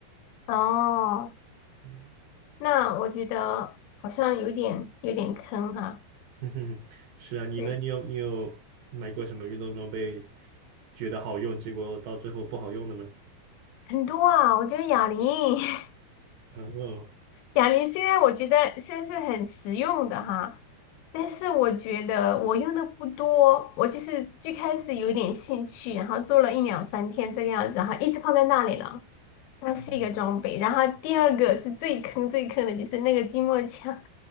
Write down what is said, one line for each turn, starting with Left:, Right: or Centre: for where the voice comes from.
Left: 哦，
Right: 嗯。
Left: 那我觉得好像有点有点坑哈，
Right: <laughs> 哼哼，是啊，你呢？
Left: 对，
Right: 你有你有买过什么运动装备，觉得好用，结果到最后不好用的吗？
Left: 很多啊，我觉得哑铃。<laughs>
Right: <laughs> 然后，
Left: 哑铃虽然我觉得现在是很实用的哈，但是我觉得我用的不多，我就是最开始有点兴趣，然后做了一两三天这个样子哈，一直放在那里了。它是一个装备。
Right: 嗯
Left: 然后第二个是最坑最坑的，就是那个筋膜枪，